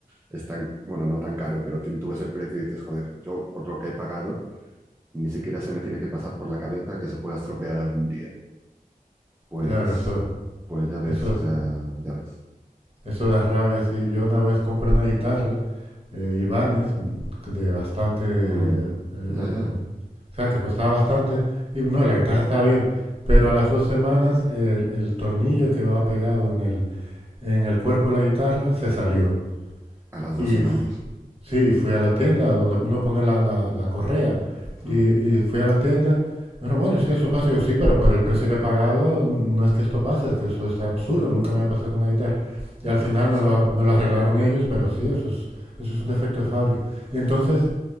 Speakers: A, on the right; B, on the right.
A: es tan, bueno, no tan caro, pero ti- tú ves el precio y dices, joder, yo por lo que he pagado, ni siquiera se me tiene que pasar por la cabeza que se pueda estropear algún día. Pues,
B: Claro, eso,
A: pues ya ves,
B: eso,
A: o sea, ya ves.
B: Eso da rabia, sí. Yo una vez compré una guitarra, eh, Ibanez, mm, de bastante... eh,
A: Mm, ya, ya,
B: o sea, que costaba bastante. Y no, la guitarra estaba bien, pero a las dos semanas el, el tornillo que va pegado en el, en el cuerpo de la guitarra se salió.
A: a las
B: Y
A: dos semanas.
B: f- sí, fui a la tienda donde uno pone la, la- la correa. Y,
A: Mm,
B: y fui a la tienda. Me dijeron, bueno, es que esto pasa. Y yo, sí, pero por el precio que he pagado, no es que esto pase, es que eso es absurdo. Nunca me había pasado con una guitarra.
A: hay
B: Y al
A: que
B: final
A: joderse.
B: me lo, me lo arreglaron ellos, pero sí, eso es, eso es un defecto de fábrica. Y entonces